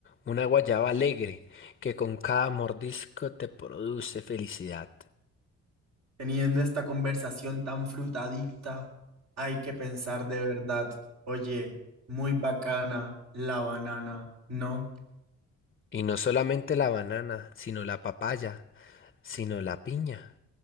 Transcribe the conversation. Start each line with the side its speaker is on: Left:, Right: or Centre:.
Left: una guayaba alegre que con cada mordisco te produce felicidad.
Right: Teniendo esta conversación tan frutadicta, hay que pensar de verdad, oye, muy bacana la banana, ¿no?
Left: Y no solamente la banana, sino la papaya, sino la piña.